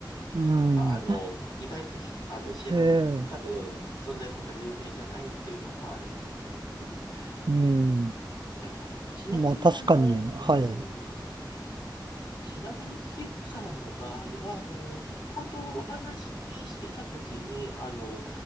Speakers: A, on the right; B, on the left.
A: うん。
B: ああの、意外とひ、あの、知られ、
A: ええ
B: 多分、そんなほど有名じゃないっていうのもあるんでしょうけど、うん。
A: うん。
B: ね。ちなみに、
A: まあ確かに、
B: あの、うん、
A: はい。
B: ちなみにヒロさんの場合は、あの、先ほどお話ししてた時に、あの、